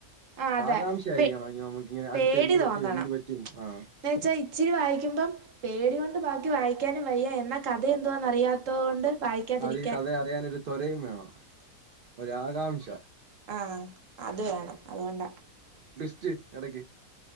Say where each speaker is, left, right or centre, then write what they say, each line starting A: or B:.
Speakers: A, on the right; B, on the right.
A: ആ അതെ
B: ആകാംക്ഷ ആയിരിക്കണം
A: പേ
B: അയ്യോ നമ്മക്ക് ഇങ്ങനെ
A: പേടി
B: അടുത്ത എന്ത് പറ്റും
A: തോന്നണം
B: എന്ത് പറ്റും ആ
A: എന്ന് വെച്ചാ ഇച്ചിരി വായിക്കുമ്പം പേടി കൊണ്ട് ബാക്കി വായിക്കാനും വയ്യ എന്ന കഥ എന്തുവാ എന്ന് അറിയാത്തോണ്ട് വായിക്കാതിരി
B: അത് കഥ അറിയാനൊരു തോ <unintelligible> ഒരാകാംക്ഷ
A: ആഹ് അത് വേണം അതുകൊണ്ടാ
B: റ്റ് എടക്ക്